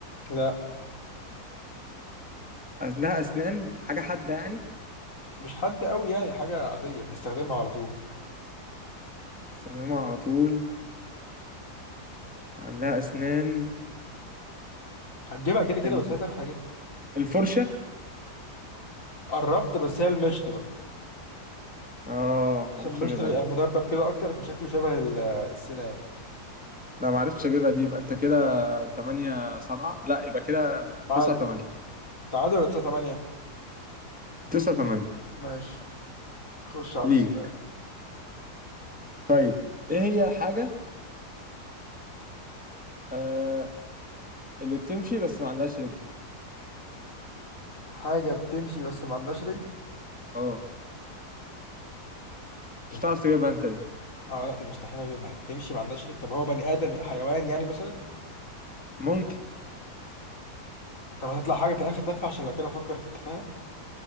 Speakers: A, on the left (about 50°); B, in the centre.
A: لا
B: عندها أسنان حاجة حادة يعني
A: مش حد قوي يعني حاجة عادية بنستخدمها على طول
B: بستخدمها على طول عندها أسنان
A: هتجيبها كده كده
B: ال-
A: بس هي تافهة جدا
B: الفرشة
A: قربت بس هي المشط
B: اه
A: عشان
B: معرفتش
A: المشط
B: أجيبها
A: بيبقى
B: دي
A: مدبب كده اكتر فشكله شبه ال- السنان
B: لا معرفتش أجيبها دي يبقى أنت كده تمانية سبعة لا يبقى كده
A: تعادل
B: تسعة تمانية
A: تعادل ولا 9 8
B: تسعة تمانية
A: ماشي خش على
B: ليك
A: السؤال
B: طيب إيه هي الحاجة آه اللي بتمشي بس ما عندهاش رجل؟
A: حاجة بتمشي بس ما عندهاش رجل
B: اه
A: بتمشي
B: مش هتعرف تجيبها انت دي
A: اه لا دي مستحيل اجيبها تمشي ما عندهاش رجل طب هو بني ادم حيوان يعني مثلا
B: ممكن
A: طب هتطلع حاجة في الاخر تافهة عشان لو كده افكر في التفاهة